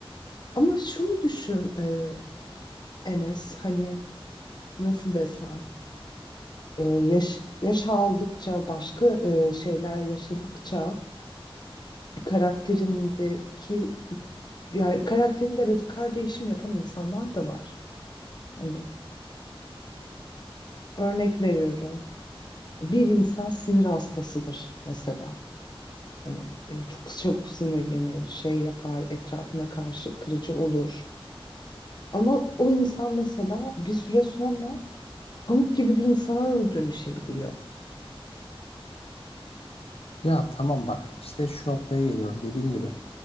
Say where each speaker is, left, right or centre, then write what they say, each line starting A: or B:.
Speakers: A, on the left; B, on the left.
A: Ama şunu düşün e, Enes hani nasıl desem. e, yaş, yaş aldıkça başka e, şeyler yaşadıkça karakterindeki yani karakterinde radikal değişim yapan insanlar da var. Hani örnek veriyorum. Bir insan sinir hastasıdır mesela. Hani e, çok çabuk sinirlenir, şey yapar, etrafına karşı kırıcı olur. Ama o insan mesela bir süre sonra pamuk gibi bir insana da dönüşebiliyor.
B: Ya tamam bak işte şu noktaya geliyorum dediğin gibi.